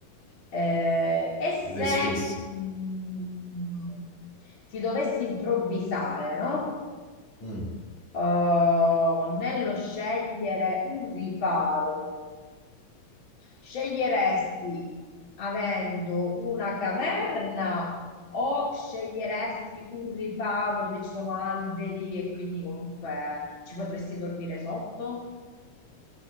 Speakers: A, on the left; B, on the left.
A: Eh, e se
B: Le stesse.
A: mh, ti dovessi improvvisare, no?
B: Mm.
A: Eh, nello scegliere un riparo. Sceglieresti avendo una caverna o sceglieresti un riparo dove ci sono alberi e quindi comunque ci potresti dormire sotto?